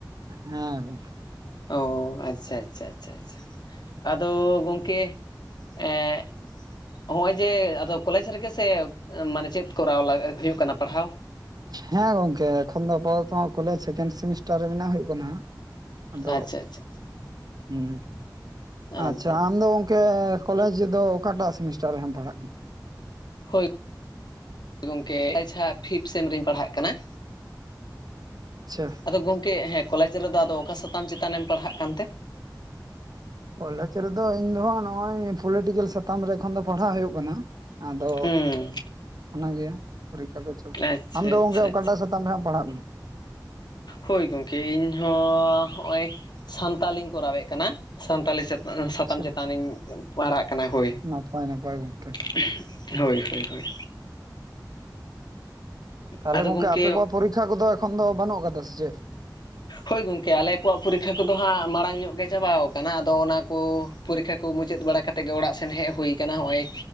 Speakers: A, on the right; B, on the left.
A: ᱦᱮᱸ ᱜᱚᱝ
B: ᱚ ᱟᱪᱷᱟ ᱟᱪᱷᱟ ᱟᱪᱷᱟ ᱟᱪᱷᱟ ᱟᱫᱚ ᱜᱚᱝᱠᱮ ᱮᱜ ᱦᱚᱜᱼᱚᱭ ᱡᱮ ᱟᱫᱚ ᱠᱚᱞᱮᱡᱽ ᱨᱮᱜᱮ ᱥᱮ ᱢᱟᱱᱮ ᱪᱮᱫ ᱠᱚᱨᱟᱣ ᱞᱟ ᱦᱩᱭᱩᱜ ᱠᱟᱱᱟ ᱯᱟᱲᱦᱟᱣ?
A: ᱦᱮᱸ ᱜᱚᱝᱠᱮ ᱮᱠᱷᱚᱱ ᱫᱚ ᱟᱯᱟᱛᱚᱛᱚ ᱠᱚᱞᱮᱡᱽ ᱥᱮᱠᱮᱱᱰ ᱥᱮᱢᱤᱥᱴᱟᱨ ᱨᱮ ᱢᱮᱱᱟᱜ ᱦᱩᱭᱩᱜ ᱠᱟᱱᱟ ᱟᱫᱚ
B: ᱟᱪᱪᱷᱟ ᱟᱪᱪᱷᱟ
A: ᱦᱩᱸ
B: ᱟᱪᱪᱷᱟ
A: ᱟᱪᱷᱟ
B: ᱟᱪᱪᱷᱟ
A: ᱟᱢ ᱫᱚ ᱜᱚᱝᱠᱮ ᱠᱚᱞᱮᱡ ᱨᱮᱫᱚ ᱚᱠᱟᱴᱟᱜ ᱥᱮᱢᱤᱥᱴᱟᱨ ᱨᱮᱢ ᱯᱟᱲᱦᱟᱣᱚᱜ ᱠᱟᱱᱟ ᱾
B: ᱦᱳᱭ ᱜᱚᱢᱠᱮ ᱟᱪᱪᱷᱟ ᱯᱷᱤᱯ ᱥᱮᱢ ᱨᱤᱧ ᱯᱟᱲᱦᱟᱜ ᱠᱟᱱᱟ ᱾
A: ᱟᱪᱪᱷᱟ ᱾
B: ᱟᱫᱚ ᱜᱚᱝᱠᱮ ᱦᱮᱸ ᱠᱚᱞᱮᱡ ᱨᱮᱫᱚ ᱟᱫᱚ ᱚᱠᱟ ᱥᱟᱛᱟᱢ ᱪᱮᱛᱟᱱ ᱮᱢ ᱯᱟᱲᱦᱟᱜ ᱠᱟᱱᱛᱮ?
A: ᱠᱚᱞᱮᱡ ᱨᱮ ᱫᱚ ᱤᱧ ᱫᱚᱦᱚ ᱱᱚᱜᱼᱚᱭ ᱯᱚᱞᱤᱴᱤᱠᱮᱞ ᱥᱟᱛᱟᱢ ᱨᱮ ᱮᱠᱷᱚᱱ ᱫᱚ ᱯᱟᱲᱦᱟᱣ ᱦᱩᱭᱩᱜ ᱠᱟᱱᱟ ᱾ ᱟᱫᱚ
B: ᱦᱩᱸ
A: ᱚᱱᱟᱜᱮ ᱯᱚᱨᱤᱠᱷᱟ ᱠᱚ
B: ᱟᱪᱪᱷᱟ
A: ᱟᱢ ᱫᱚ
B: ᱟᱪᱪᱷᱟ
A: ᱜᱚᱢᱠᱮ ᱚᱠᱟᱴᱟᱜ
B: ᱟᱪᱪᱷᱟ
A: ᱥᱟᱛᱟᱢ ᱨᱮ ᱦᱟᱸᱜ ᱯᱟᱲᱦᱟᱜ ᱠᱟᱱᱟ?
B: ᱦᱳᱭ ᱜᱚᱢᱠᱮ ᱤᱧ ᱦᱚᱸ ᱦᱚᱜᱼᱚᱭ ᱥᱟᱱᱛᱟᱞᱤᱧ ᱠᱚᱨᱟᱣᱮᱫ ᱠᱟᱱᱟ ᱾ ᱥᱟᱱᱛᱟᱞᱤ ᱪᱮᱛᱟᱱ ᱥᱟᱛᱟᱢ
A: ᱟᱪᱪᱷᱟ
B: ᱪᱮᱛᱟᱱ ᱨᱤᱧ ᱯᱟᱲᱦᱟᱜ ᱠᱟᱱᱟ ᱦᱳᱭ
A: ᱱᱟᱯᱟᱭ ᱱᱟᱯᱟᱭ ᱜᱚᱝᱠᱮ
B: ᱾ ᱦᱳᱭ ᱦᱳᱭ ᱦᱳᱭ,
A: ᱛᱟᱦᱞᱮ
B: ᱟᱫᱚ
A: ᱜᱚᱝᱠᱮ
B: ᱜᱚᱢᱠᱮ
A: ᱟᱯᱮ ᱠᱚᱣᱟᱜ ᱯᱚᱨᱤᱠᱠᱷᱟ ᱠᱚ ᱫᱚ ᱮᱠᱷᱚᱱ ᱫᱚ ᱵᱟᱹᱱᱩᱜ ᱠᱟᱫᱟ? <unintelligible>
B: ᱦᱳᱭ ᱜᱚᱢᱠᱮ ᱟᱞᱮ ᱠᱚᱣᱟᱜ ᱯᱚᱨᱤᱠᱠᱷᱟ ᱠᱚ ᱫᱚ ᱦᱟᱸᱜ ᱢᱟᱲᱟᱝ ᱧᱚᱜ ᱜᱮ ᱪᱟᱵᱟᱣ ᱠᱟᱱᱟ ᱟᱫᱚ ᱚᱱᱟ ᱯᱚᱨᱤ ᱯᱚᱨᱤᱠᱷᱟ ᱠᱚ ᱢᱩᱪᱟᱹᱫ ᱵᱟᱲᱟ ᱠᱟᱛᱮᱫ ᱜᱮ ᱚᱲᱟᱜ ᱥᱮᱱ ᱦᱮᱡ ᱦᱩᱭ ᱠᱟᱱᱟ, ᱱᱚᱜᱼᱚᱭ